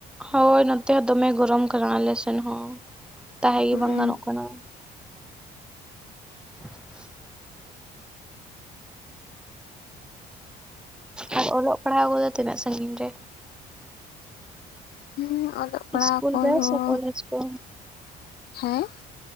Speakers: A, in the centre; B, on the left.
A: ᱦᱳᱭ ᱱᱚᱛᱮ ᱦᱚᱸ ᱫᱚᱢᱮ ᱜᱚᱨᱚᱢ ᱠᱟᱱᱟ ᱟᱞ ᱥᱮᱱ ᱦᱚᱸ ᱛᱟᱦᱮᱸ ᱜᱮ
B: ᱦᱩᱸ
A: ᱵᱟᱝ ᱜᱟᱱᱚᱜ ᱠᱟᱱᱟ <inaudible> ᱟᱨ ᱚᱞᱚᱜ ᱯᱟᱲᱦᱟᱣ ᱠᱚᱫᱚ ᱛᱤᱱᱟᱹᱜ ᱥᱟᱺᱜᱤᱧ ᱨᱮ
B: ᱦᱩᱸ ᱚᱞᱚᱜ ᱯᱟᱲᱦᱟᱜ
A: ᱤᱥᱠᱩᱞ
B: ᱠᱚᱦᱚᱸ
A: ᱨᱮ ᱥᱮ ᱠᱚᱞᱮᱡᱽ ᱠᱚ
B: ᱦᱮᱸ